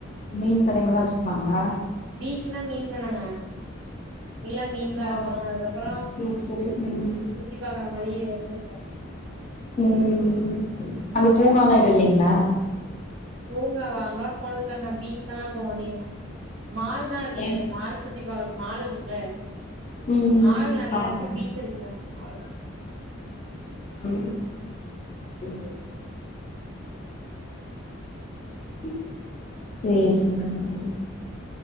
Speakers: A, on the left; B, on the right.
A: மீன் கடைங்க எல்லாம் வச்சிருப்பாங்களா
B: பீச்ன்னா மீன் தானங்க ஃபுல்லா மீன் தா இருக்கு
A: ஆ
B: அதுக்கப்புறோ
A: செரி செரி உம்
B: சுத்தி பாக்குற மாரி ஏதாச்சு இருக்கு
A: உம் அங்க
B: ம்
A: பூங்கா எல்லாம் எதும் இல்லைங்களா
B: பூங்கா வாங்க போனதில்லங்க பீச் தாங்க போனோம் அதிகமா மால் தா இருக்கு
A: ஏ
B: மால் சுத் சுத்தி பாக்கறக்கு மாலு இருக்குல்ல
A: ம்
B: மால்
A: ம்
B: நெறைய
A: ஆமாங்க
B: இருக்கு பீச் இருக்குங்க அவ்ளோ தா
A: <unintelligible>
B: உம்
A: <unintelligible> சேர் <unintelligible>